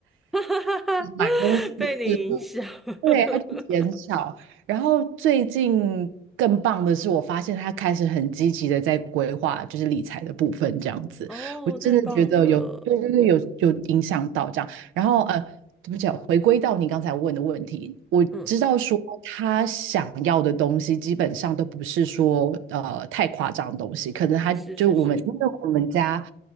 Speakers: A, in the centre; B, on the right (about 85°).
A: <laughs>
B: 买东西次数
A: 被你影响，
B: 对，
A: <laughs>
B: 它就减少。然后最近更棒的是，我发现他开始很积极的在规划，就是理财的部分这样子。
A: 哦，
B: 我真的觉得有，
A: 太棒了，
B: 对对对，有有影响到这样。然后呃，对不起啊回归到你刚才问的问题，我知道说他想要的东西基本上都不是说呃太夸张的东西，
A: 嗯
B: 可能他就我们因为我们家
A: 是是是，